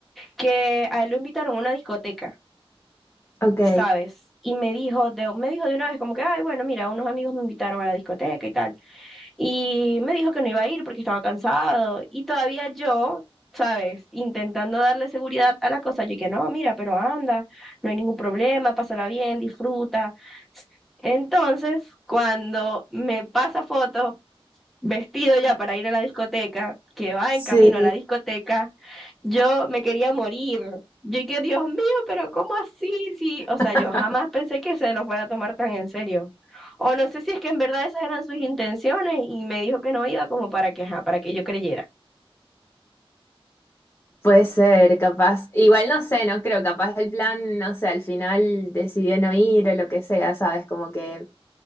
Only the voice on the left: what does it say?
ok,
sí.
<laughs>
Puede ser, capaz. Igual no sé, no creo, capaz el plan, no sé, al final decidió no ir o lo que sea, ¿sabes? Como que...